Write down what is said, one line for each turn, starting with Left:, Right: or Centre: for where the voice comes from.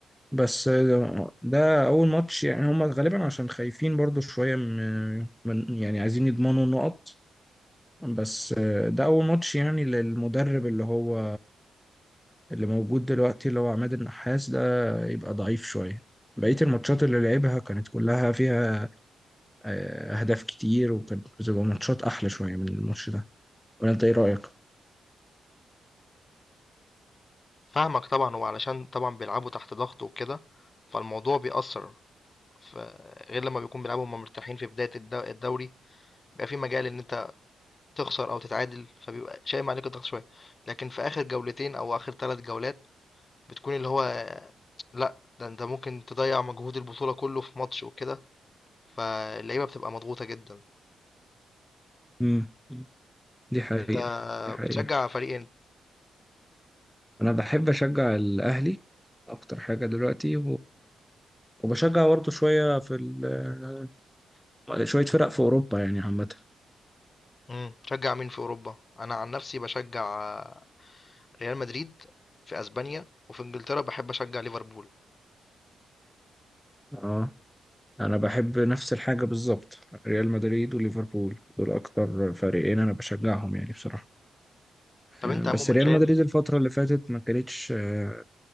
Centre: بس ده ده اول ماتش يعني هم غالبا عشان خايفين برضو شويه من من- يعني عايزين يضمنوا نقط بس ده اول ماتش يعني للمدرب اللي هو اللي موجود دلوقتي اللي هو عماد النحاس ده يبقى ضعيف شويه بقيه الماتشات اللي لعبها كانت كلها فيها آه، اهداف كتير وكانت بتبقى ماتشات احلى شويه من الماتش ده ولا انت ايه رايك
Left: فاهمك طبعًا، وعلشان طبعًا بيلعبوا تحت ضغط وكده، فالموضوع بيأثّر ف غير لمّا بيكون بيلعبوا وهُم مرتاحين في بداية الد الدوري، بيبقى في مجال إن أنت تخسر أو تتعادل، فبيبقى شايم عليك الضغط شوية، لكن في آخر جولتين أو آخر 3 جولات بتكون اللي هو لأ، ده أنت ممكن تضيّع مجهود البطولة كُلّه في ماتش وكده، فاللعيبة بتبقى مضغوطة جدًا.
Centre: امم دي حقيقه
Left: أنت
Centre: دي حقيقه
Left: بتشجّع فريق إن
Centre: انا بحب اشجع الاهلي اكتر حاجه دلوقتي وبشجع برضه شوية في ال... شوية فرق في أوروبا يعني عامة
Left: إمم، بتشجّع مين في أوروبا؟ أنا عن نَفْسي باشجّع ريال مدريد في أسبانيا، وفي إنجلترا باحب أشجّع ليفربول.
Centre: اه أنا بحب نفس الحاجة بالظبط ريال مدريد وليفربول دول أكتر فريقين أنا بشجعهم يعني بصراحة
Left: طب
Centre: آه،
Left: انت
Centre: بس
Left: عموما
Centre: ريال
Left: شايف
Centre: مدريد الفترة اللي فاتت ما كانتش آه،